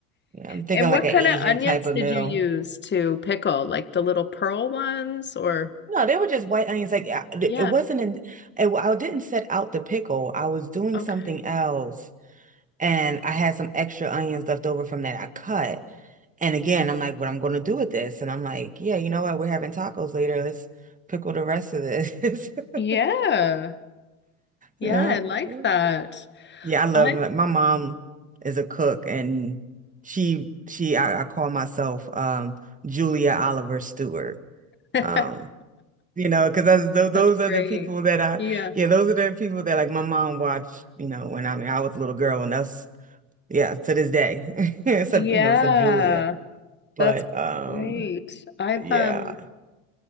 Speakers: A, on the right; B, on the left.
A: Yeah, I'm thinking
B: And
A: like
B: what
A: an
B: kind
A: Asian
B: of onions
A: type of
B: did
A: meal.
B: you use to pickle? Like the little pearl ones or?
A: No, they were just white onions. Like I-
B: Yeah.
A: it wasn't in, it, I didn't set out the pickle. I was doing
B: Okay.
A: something else. And I had some extra onions left over from that I cut. And again, I'm like, what I'm gonna do with this? And I'm like, yeah, you know what? We're having tacos later. Let's pickle the rest of this. <laughs>
B: Yeah. Yeah,
A: You know?
B: I like
A: Yeah,
B: that.
A: Yeah, I love
B: I
A: my, my mom is a cook and she she I, I call myself um Julia Oliver Stewart.
B: <laughs>
A: Um, you know, because those, those
B: That's
A: are
B: great.
A: the people that I
B: Yeah.
A: yeah, those are the people that like my mom watched, you know, when I mean I was a little girl and us yeah, to this day. <laughs> Sub,
B: Yeah.
A: you know, sub Julia. But
B: That's
A: um,
B: great. I've
A: yeah,
B: um